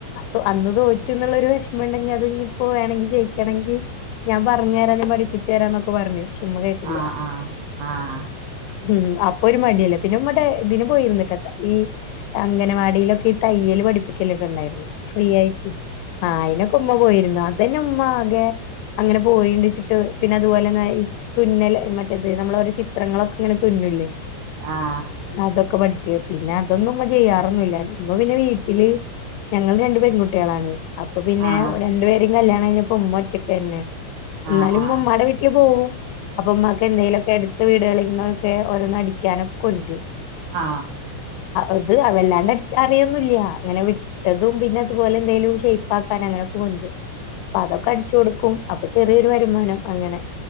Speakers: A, on the left; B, on the right.
A: അ അന്ന് തോറ്റിന്നുള്ളോരു വിഷമം ഉണ്ടെങ്കി, അത് ഇനിയിപ്പോ വേണങ്കി ജയിക്കണെങ്കി, ഞാൻ പറഞ്ഞരാ ഞാ പഠിപ്പിച്ചരാ ന്നൊക്കെ പറഞ്ഞു. ഉമ്മ കേട്ടില്ല.
B: ആ ആ ആഹ.
A: ഉം. അപ്പൊ ഒരു മടിയല്ലേ. പിന്നെ ഉമ്മ ടെ ഇതിന് പോയിരുന്നിട്ട. ഈ അംഗനവാടിയിലൊക്കെ ഈ തയ്യല് പഠിപ്പിക്കലൊക്കെ ഉണ്ടായിരുന്നു. ഫ്രീ ആയിട്ട് ആയിനൊക്കെ, ക്കുമ്മാ പോയിരുന്ന്‌. അതന്നെ ഉമ്മ ആകെ അങ്ങനെ പോയിണ്ട്ച്ചിട്ട്. പിന്നെ അതുപോലെ തന്നെ ഈ തുന്നല് മറ്റേത് നമ്മളോരോ ചി ത്രങ്ങളൊക്കെ ഇങ്ങനെ തുന്നുല്ലേ.
B: ആഹ.
A: അതൊക്കെ പഠിച്ചു. പിന്നെ അതൊന്നും ഉമ്മ ചെയ്യാറൊന്നുല്ല. ഉമ്മ പിന്നെ വീട്ടില്, ഞങ്ങള് രണ്ട് പെൺകുട്ടികളാണ്. അപ്പൊ പിന്നെ
B: ആഹ്
A: രണ്ടു പേരും കല്യാണം കഴിഞ്ഞപ്പ ഉമ്മ ഒറ്റക്കന്നെ. എന്നാലും
B: ആഹ് ആഹ് ആഹ് ആഹ് ആഹ് ആഹ് ആഹ് ആഹ് ആഹ് ആഹ് ആഹ് ആഹ് ആഹ് ആഹ് ആഹ്
A: ഉമ്മ ഉമ്മാടെ വീട്ടിൽ പോവും. അപ്പൊ ഉമ്മാക്ക് എന്തേങ്കലുമൊക്കെ എടു വീടുകളിന്നൊക്കെ ഓരോന്നടിക്കാനൊക്കെ <unintelligible>
B: ആ
A: അത് അ വെല്ലാണ്ട് അടിക്കാൻ അറിയൊന്നുല്ല. ഇങ്ങനെ വി ഇട്ടതും പിന്നെ അതുപോലെ എന്തെലും ഷേപ്പാക്കാൻ അങ്ങനൊക്കെ വരും. അതൊക്കെ അടിച്ചു കൊടുക്കും. അപ്പൊ ചെറിയൊരു വരുമാനം അങ്ങനെ.